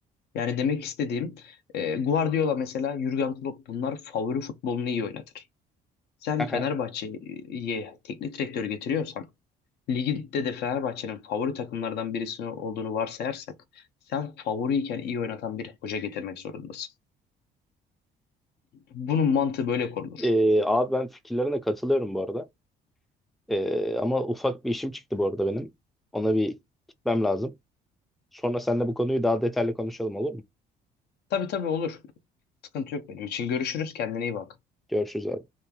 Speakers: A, on the left; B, in the centre.
A: Yani demek istediğim e, Guardiola mesela Jürgen Klopp bunlar favori futbolunu iyi oynatır. Sen
B: Aha.
A: Fenerbahçe'ye teknik direktör getiriyorsan ligde de Fenerbahçe'nin favori takımlardan birisi olduğunu varsayarsak sen favoriyken iyi oynatan bir hoca getirmek zorundasın. Bunun mantığı böyle korunur.
B: E, abi ben fikirlerine katılıyorum bu arada. E, ama ufak bir işim çıktı bu arada benim. Ona bir gitmem lazım. Sonra seninle bu konuyu daha detaylı konuşalım olur mu?
A: Tabii tabii olur. Sıkıntı yok benim için. Görüşürüz. Kendine iyi bak.
B: Görüşürüz abi.